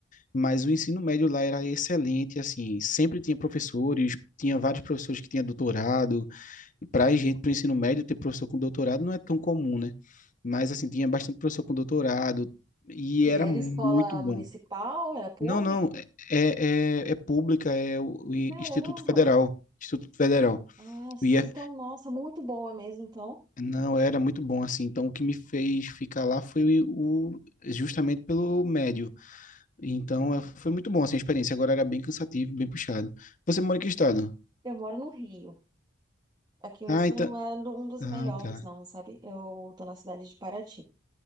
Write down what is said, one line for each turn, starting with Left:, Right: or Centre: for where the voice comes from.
Left: Mas o ensino médio lá era excelente, assim. Sempre tinha professores, tinha vários professores que tinham doutorado e para gente, para o ensino médio, ter professor com doutorado não é tão comum, né? Mas, assim, tinha bastante professor com doutorado e
Right: E
Left: era muito
Right: era escola
Left: bom.
Right: municipal? Era pública?
Left: Não, não, é, é, é é pública, é o o Instituto
Right: Caramba!
Left: Federal. Instituto Federal.
Right: Ah, sim,
Left: O IF...
Right: então, nossa, muito boa mesmo, então.
Left: Não, era muito bom, assim. Então, o que me fez ficar lá foi o, justamente pelo médio. Então, é- foi muito bom, assim, a experiência. Agora era bem cansativo, bem puxado. Você mora em que estado?
Right: Eu moro no Rio. Aqui o
Left: Ah,
Right: ensino
Left: então...
Right: não é do- um dos
Left: Ah,
Right: melhores,
Left: tá.
Right: não, sabe? Eu tô na cidade de Paraty.